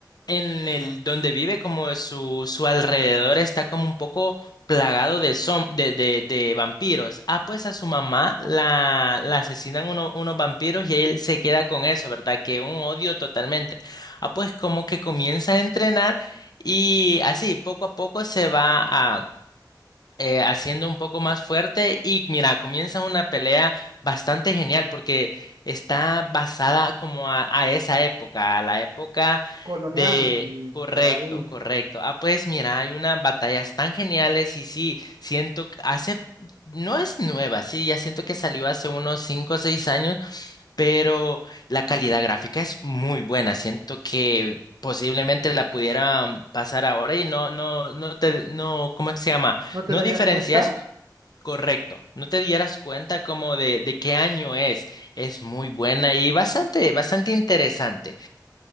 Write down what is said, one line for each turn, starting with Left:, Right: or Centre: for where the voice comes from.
Left: en el donde vive, como su, su alrededor está como un poco plagado de, zom- de, de, de vampiros. Ah, pues a su mamá la,
Right: Ok.
Left: la asesinan uno- unos vampiros y él se queda con eso, ¿verdad? Que un odio totalmente. Ah, pues como que comienza a entrenar y así, poco a poco se va a eh, haciendo un poco más fuerte y mira, comienza una pelea bastante genial porque está basada como a, a esa época, a la época
Right: Colonial,
Left: de... Correcto,
Right: por ahí.
Left: correcto. Ah, pues mira, hay unas batallas tan geniales y sí, siento que hace, no es nueva, sí, ya siento que salió hace unos cinco o seis años pero la calidad gráfica es muy buena. Siento que posiblemente la pudiera mm, pasar ahora y no, no, no te, no, ¿cómo se llama?
Right: ¿No te
Left: No
Right: darías
Left: diferencias
Right: cuenta?
Left: correcto. No te dieras cuenta como de, de qué año es. Es muy buena y bastante, bastante interesante,